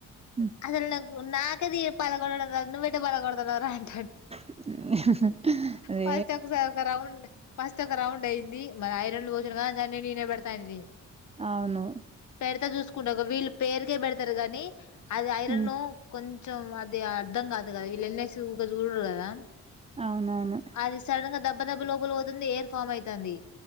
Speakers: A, on the right; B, on the left.
A: హ్మ్
B: అసల్ నాకు నాకైతే పగల్గొట్టడం రాదు నువైతే పగల్గొతావర అని
A: హ్మ్ హ్మ్ హ్మ్
B: ఫస్ట్ ఒక ఒక రౌండ్ ఫస్ట్ ఒక రౌండ్ అయింది మరి ఐరన్ లో పోచ న్న నేనే బెడతాయిది
A: అవును
B: పెడతా చూసుకుంట వీళ్ళు పేరుకే పెడతారు కాగానీ అది ఐరన్
A: హ్మ్
B: కొ కొంచెం అది అర్ధం కాదు కదా వీళ్ళ ఎన్నసిగా చూడరు కదా
A: అవునవును
B: అది సడన్ గా దెబ్బ దెబ్బ లోపల పోతుంది ఎయిర్ ఫామ్ అవుతుంది